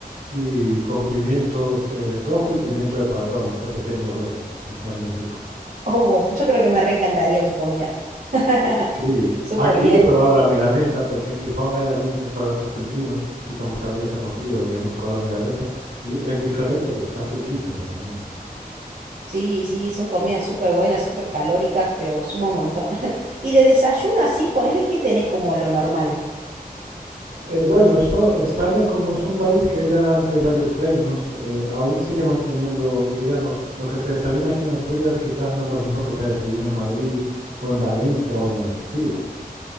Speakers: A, on the right; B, on the right.
A: y con pimientos eh, rojo y pimiento de padrón, este pequeño verde, que está muy rico.
B: Oh, yo creo que me reencantaría su comida. <laughs>
A: Sí,
B: Súper
A: aquí
B: bien.
A: he probado la milanesa porque en Gijón hay algún restaurante argentino y con mis amigos hemos ido y hemos probado la milanesa y es diferente, pero está riquísima también.
B: Sí, sí, son comidas súper buenas, súper calóricas, pero suma un montón. <laughs> Y de desayuno así, ponele que tenés como lo normal.
A: Eh, bueno, eso, España como es un país que era ante varios reinos, eh, aún sigue manteniendo, digamos, lo que se desayuna aquí en Asturias quizás no es lo mismo que se desayuna en Madrid o en Valencia o en Andalucía.